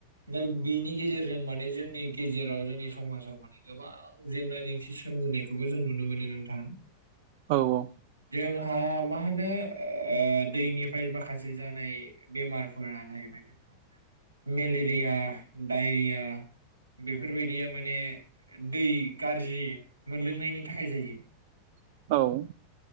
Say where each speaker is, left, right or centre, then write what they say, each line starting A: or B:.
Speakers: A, on the right (about 80°); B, on the right (about 50°).
A: दा बिनि गेजेरजों माने जोंनि गेजेराव जोंनि समाजाव माने गोबां जेंना जेंसि सोमजिनायखौबो जों नुनो मोनो नोंथां।
B: औ औ
A: जोंहा मा होनो दैनिफ्राय माखासे हाय बेमारफोरा जाहैबाय जोंना मेलेरिया डायरिया बेफोरबायदिया माने दै गाज्रि मोनलोंनायनि थाखाय जायो
B: औ